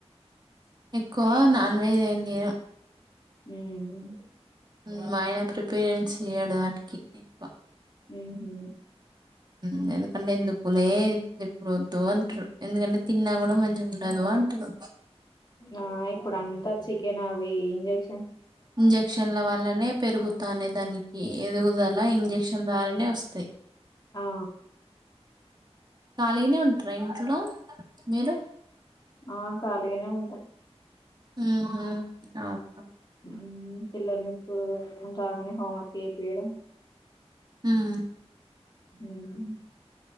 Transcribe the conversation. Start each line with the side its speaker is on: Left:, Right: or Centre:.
Right: ఎక్కువ నాన్ వెజ్ ఏదో
Left: ఉమ్
Right: ఉమ్ మా ఆయన ప్రిఫరెన్స్ ఇయ్యడు అని ఓకే పా
Left: ఉహూ
Right: ఉమ్ ఎందుకంటే ఎందుకులే ఇప్పుడు వద్దు అంటారు ఎందుకంటే తిన్నా కూడా మంచిగా ఉండదు అంటారు
Left: ఆ ఇప్పుడు అంతా చికెన్ అవి ఇంజక్షన్
Right: ఇంజక్షన్ల వల్లనే పెరుగుతానే దానికి ఎదుగుదల ఇంజక్షన్ ద్వారానే వస్తాయి
Left: ఆ
Right: ఖాళీగనే ఉంటరా ఇంట్లో మీరు
Left: ఆ ఖాళీగానే ఉంటా
Right: ఉహూ అవునా
Left: మ్మ్ పిల్లల్ని స్కూల్ ఇంటికి రాగానే హోమ్వర్క్ చేపియడం
Right: ఉమ్
Left: ఉమ్